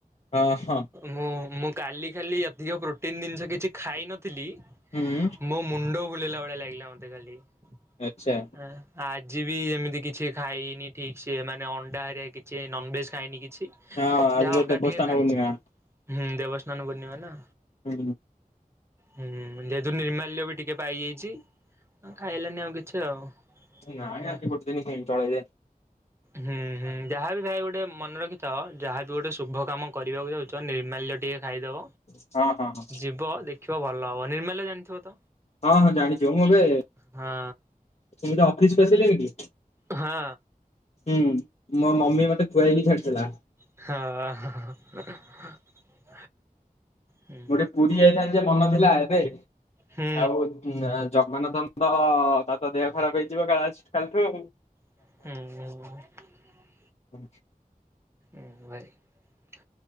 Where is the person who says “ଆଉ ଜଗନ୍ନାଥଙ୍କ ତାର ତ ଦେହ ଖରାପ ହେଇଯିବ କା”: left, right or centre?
Left